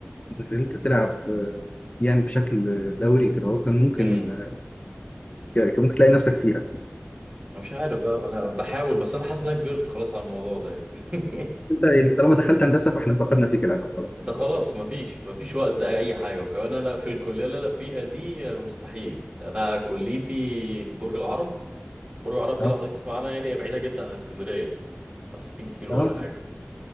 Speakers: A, on the left; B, on the right.
A: نزلت تلعب آه، يعني بشكل دوري كده هو كان ممكن
B: امم
A: آه، كان ممكن تلاقي نفسك فيها
B: مش عارف بقى أنا بحاول بس أنا حاسس إن أنا كبرت خلاص على الموضوع ده يعني <laughs>
A: بس انت يعني طالما دخلت هندسه فاحنا فقدنا فيك الامل خلاص
B: ده خلاص مفيش مفيش وقت اي حاجه وكمان انا في الكليه اللي انا فيها دي مستحيل انا كليتي برج العرب برج العرب
A: تمام
B: دي لو حضرتك تسمع عنها يعني هي بعيده جدا عن اسكندريه يعني بتاع 60 كيلو
A: تمام
B: ولا حاجه